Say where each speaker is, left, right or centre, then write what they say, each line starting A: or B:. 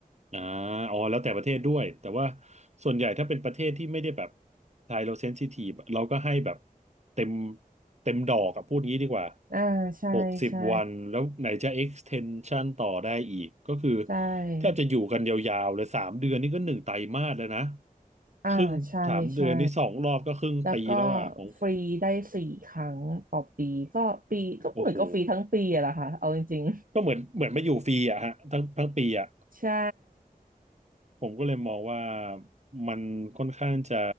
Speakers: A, on the right; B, on the right.
A: อ่าอ๋อแล้วแต่ประเทศด้วยแต่ว่าส่วนใหญ่ถ้าเป็นประเทศที่ไม่ได้แบบไทยเราเซนซิทีฟเราก็ให้แบบเต็มเต็มดอกอะพูดงี้ดีกว่า
B: อ่าใช่ใช่
A: หกสิบวันแล้วไหนจะ extension ต่อได้อีกก็คือ
B: ใช่
A: แทบจะอยู่กันยาวๆเลยสามเดือนนี่ก็หนึ่งไตรมาสแล้วนะ
B: อ่าใช่ใช่
A: ครึ่งสามเดือนนี่สองรอบก็ครึ่งปีแล้วอ่ะของ
B: แล้วก็ฟรีได้สี่ครั้งต่อปีก็ปีก็เหมือนก็ฟรีทั้งปีอะแหละค่ะเอาจริง
A: โอ้โหก็เหมือนเหมือนมาอยู่ฟรีอะฮะทั้งทั้งปีอะ
B: ๆใช่
A: ผมก็เลยมองว่ามันค่อนข้างจะ